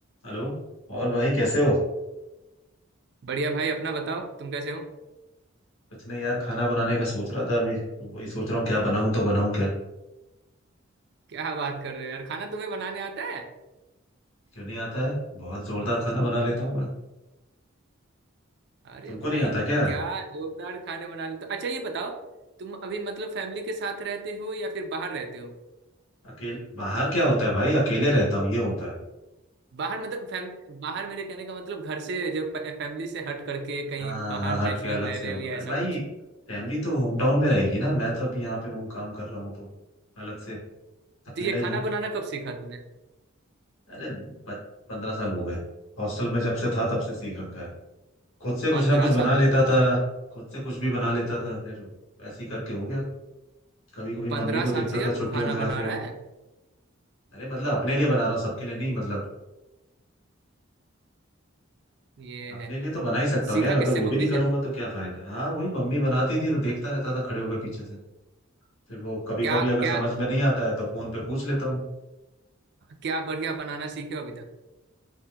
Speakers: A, on the left; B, on the right.
A: Hello और भाई कैसे हो
B: बढ़िया भाई अपना बताओ तुम कैसे हो
A: कुछ नहीं यार खाना बनाने का सोच रहा था अभी वही सोच रहा हूँ क्या बनाऊं तो बनाऊं क्या
B: क्या बात कर रहे हो यार खाना तुम्हें बनाने आता है
A: क्यों नहीं आता है बहुत जोरदार खाना बना लेता हूँ मैं
B: अरे
A: तुमको
B: भाई
A: नहीं आता क्या
B: क्या जोरदार खाने बना लेते हो अच्छा ये बताओ तुम अभी मतलब फैमिली के साथ रहते हो या फिर बाहर रहते हो
A: अकेले बाहर क्या होता है भाई अकेले रहता हूँ ये होता है
B: बाहर मतलब फैम बाहर मेरे कहने का मतलब घर से जब फैमिली से हट करके कहीं
A: हाँ
B: बाहर
A: हाँ, हट
B: बैचलर
A: के अलग
B: रह
A: से
B: रहे
A: हूँ।
B: हो या
A: अरे
B: ऐसा
A: भाई
B: कुछ
A: फैमिली तो होम टाउन में रहेगी ना मैं तो अभी यहाँ पे हूँ काम कर रहा हूँ तो अलग से अकेला
B: तो ये
A: ही
B: खाना
A: हूँ
B: बनाना कब सीखा तूने
A: अरे पंद्रह साल हो गए हॉस्टल में जब से था तब से सीख रखा है खुद से
B: पंद्रह
A: कुछ ना कुछ बना
B: साल
A: लेता था खुद से कुछ भी बना लेता था फिर ऐसे ही करके हो गया कभी कभी
B: पंद्रह
A: मम्मी को देखता
B: साल से यार
A: था छुट्टियों
B: तू खाना
A: में
B: बना
A: आके
B: रहा है
A: अरे मतलब अपने लिए बना रहा हूँ सबके लिए नहीं मतलब
B: ये
A: अपने
B: है
A: लिए तो बना ही सकता
B: सीखा
A: हूँ यार अगर
B: किससे
A: वो
B: मम्मी
A: भी नहीं करूंगा
B: से
A: तो क्या फायदा है हाँ वही मम्मी बनाती थी तो देखता रहता था खड़े होकर पीछे से फिर वो कभी
B: क्या
A: कभी अगर
B: क्या
A: समझ में नहीं आता है तो फोन पे पूछ लेता हूँ
B: क्या बढ़िया बनाना सीखे हो अभी तक